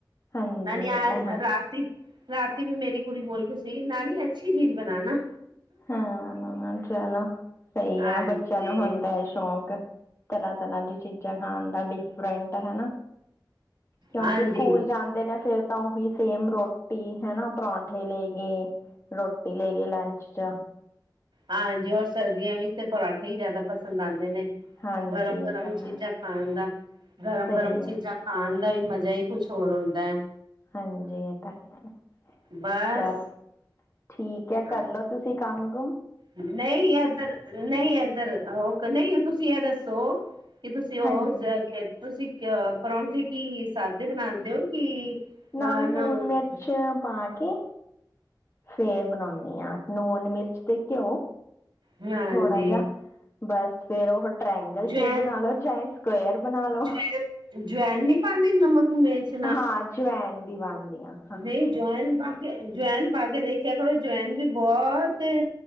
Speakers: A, on the left; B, on the right.
A: ਹਾਂਜੀ
B: ਨਾਨੀ ਆ
A: ਇਹ ਤਾਂ ਹੈ
B: ਰਾਤੀ ਰਾਤੀ ਵੀ ਮੇਰੀ ਕੁੜੀ ਬੋਲ ਕੇ ਸੋਈ, ਨਾਨੀ ਅੱਛੀ ਚੀਜ਼ ਬਣਾਨਾ।
A: ਹਾਂ ਚਲੋ ਸਈ
B: ਹਾਂਜੀ
A: ਆ ਬੱਚਾ। ਹੁੰਦਾ ਏ ਸ਼ੌਂਕ ਤਰ੍ਹਾਂ-ਤਰ੍ਹਾਂ ਦੀ ਚੀਜ਼ਾਂ ਖਾਣ। ਬੰਦਾ ਡਿਫਰੈਂਟ ਹੈਨਾ। ਕਿਉਂਕਿ
B: ਹਾਂਜੀ
A: ਸਕੂਲ ਜਾਂਦੇ ਨੇ ਫੇਰ, ਤਾਂ ਉਹੀ ਸੇਮ ਰੋਟੀ ਹੈ, ਨਾ ਪਰੌਠੇ ਲੈਗੇ ਰੋਟੀ ਲੈਗੇ ਲੰਚ <unintelligible>
B: ਹਾਂਜੀ ਹੋਰ ਸਰਦੀਆਂ ਵਿੱਚ ਤੇ ਪਰਾਂਠੇ ਹੀ ਜ਼ਿਆਦਾ ਪਸੰਦ ਆਉਂਦੇ। ਦਿਨੇ
A: ਹਾਂਜੀ
B: ਗਰਮ ਗਰਮ
A: ਇਹ ਤਾਂ ਹੈ
B: ਚੀਜ਼ਾਂ ਖਾਣ ਦਾ। ਗਰਮ-ਗਰਮ,
A: ਸਹੀ
B: ਚੀਜ਼ਾਂ
A: ਹੈ
B: ਖਾਣ ਦਾ ਈ ਮਜ਼ ਜੇ ਹੀ ਕੁਛ ਹੋਰ ਹੁੰਦਾ।
A: ਹਾਂਜੀ ਇਹ ਤਾਂ ਹੈ
B: ਬਸ
A: ਚਲੋ ਠੀ। ਕਿਆ
B: ਹਾਂ
A: ਕਰਲਓ ਤੁਸੀਂ ਕ। ਕੰਮਗਮ <inaudible>
B: ਨਹੀਂ ਇੱਧਰ ਨਹੀ ਇ। ਧਰ ਉਹ ਕ ਨਹੀਂ, ਤੁਸੀਂ ਇਹ ਦੱਸੋ? ਕੀ ਤੁਸੀਂ ਉਹ
A: ਹਾਂਜੀ
B: ਚ ਖੇ? ਤੁਸੀਂ ਕ ਅ ਪ੍ਰੌਣਠੇ ਕੀ ਸਾਦੇ ਬਣਾਦੇ ਹੋ ਕਿ?
A: ਨਾਲ
B: ਹਾਂਜੀ
A: ਨੂਣ ਮਿਰਚ ਪਾ ਕੇ, ਫੇਰ ਬਣਾਣੀ ਹਾਂ ਨੂਨ ਮਿਰਚ। ਤੇ ਘਿਓ
B: ਹਾਂਜੀ
A: ਥੋੜਾ ਜਿਆ ਬਸ ਫੇਰ ਉਹ। ਟ੍ਰਾਇੰਗਲ
B: ਜਵਾਨ
A: ਸ਼ੇਪ ਬਣਾ ਲਓ ਚਾਹੇ ਸਕੁਅਰ ਬਣਾ ਲਓ
B: ਜ ਜਵੈਨ ਨੀ ਪਾ ਨਮਕ ਮਿਰਚ
A: ਹਾਂ ਜਵੈਨ ਵੀ ਪਾਉਂਦੀ ਹਾਂ।
B: ਦਹੀਂ ਜਵੈਨ ਪਾ ਕੇ ਜਵੈਨ ਪਾ ਕੇ ਦੇਖਿਆ ਕਰੋ ਜਵੈਨ ਵੀ ਬਹੁਤ